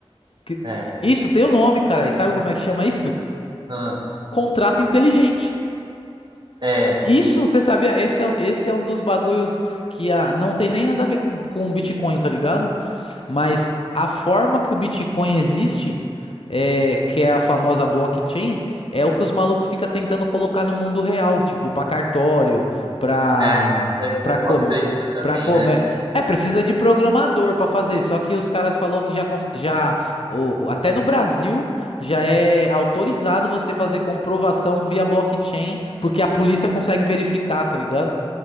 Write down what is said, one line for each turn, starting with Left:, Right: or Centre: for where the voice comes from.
Left: que-
Right: É.
Left: Isso tem o nome, cara. E sabe como é que chama isso?
Right: Ah,
Left: contrato inteligente.
Right: é,
Left: Isso, você sabia? Esse é, um, esse é um dos bagulhos que ah, não tem nem nada a ver com, com o Bitcoin, tá ligado? Mas a forma que o Bitcoin existe, é, que é a famosa blockchain, é o que os malucos ficam tentando colocar no mundo real, tipo, pra cartório, pra,
Right: é, mas deve ser
Left: pra,
Right: mó
Left: com,
Right: treta também,
Left: pra comer.
Right: né?
Left: É, precisa de programador pra fazer, só que os caras falou que já, cons- já o- o- até no Brasil, já é autorizado você fazer comprovação via blockchain, porque a polícia consegue verificar, tá ligado?